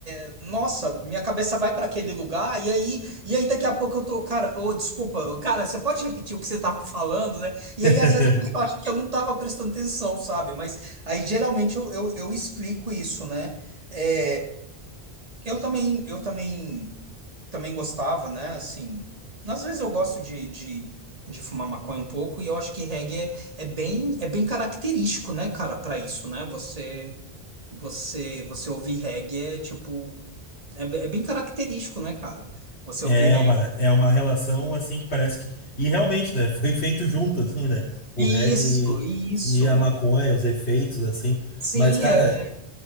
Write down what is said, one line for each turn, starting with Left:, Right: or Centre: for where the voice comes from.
Right: é- nossa, minha cabeça vai para aquele lugar, e aí, e aí daqui a pouco eu tô, cara, ô, desculpa, cara, você pode repetir o que você tá falando, né? E
Left: <laughs>
Right: aí, às vezes, a pessoa acha que eu não tava prestando atenção, sabe? Mas aí geralmente eu, eu eu explico isso, né? É, eu também, eu também, também gostava, né? Assim, às vezes eu gosto de, de, de fumar maconha um pouco e eu acho que reggae é, é bem, é bem característico, né, cara, para isso, né? Você, você, você ouvir reggae é tipo, é, be- é bem característico, né, cara? Você
Left: É
Right: ouvir reggae.
Left: uma, é uma relação assim que parece que. E realmente, né? <laughs> Foi feito junto, assim, né? O
Right: Isso,
Left: reggae
Right: isso.
Left: e a maconha, os efeitos, assim.
Right: Sim,
Left: Mas, cara,
Right: é, é-